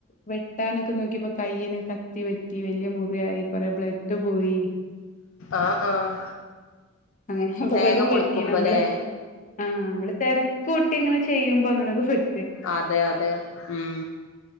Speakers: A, on the left (about 35°); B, on the left (about 65°).
A: വേ ട്ടാനൊക്കെ നോക്കിപ്പോ കൈയി കത്തി പറ്റി വലിയ മുറിയായി കൊറെ ബ്ലഡ് പോയി
B: ആഹ് ആഹ്
A: അങ്ങനെ അപകടം
B: തേങ്ങ പൊളിക്കുമ്പല്ലേ
A: പറ്റി നമ്മള് ആഹ് നമ്മള് തിരക്ക് കൂട്ടിങ്ങനെ ചെയ്യുമ്പോ അങ്ങനെയൊക്കെ പറ്റും
B: അതെ അതെ ഉം